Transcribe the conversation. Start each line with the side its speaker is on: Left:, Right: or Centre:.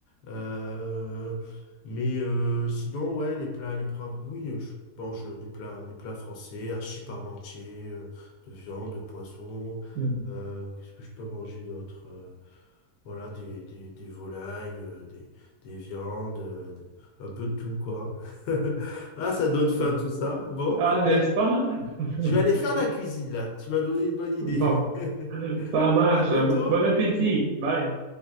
Left: Euh, mais euh, sinon, ouais, les plats, les plats, oui, euh, je mange des plats, des plats français, archi parmentier, euh, de viande, de poisson.
Right: hum,
Left: Euh, qu'est-ce que je peux manger d'autre? euh? Voilà, des, des, des volailles, euh, des, des viandes, euh, des- un peu de tout, quoi. <laughs> Ah, ça donne faim
Right: bon.
Left: tout ça. Bon,
Right: Ah, n'est-ce
Left: ben,
Right: pas? hein? <laughs>
Left: je vais aller faire la cuisine, là. Tu m'as donné une bonne idée.
Right: Bon,
Left: <laughs>
Right: ça marche.
Left: À bientôt!
Right: Bon appétit. Bye.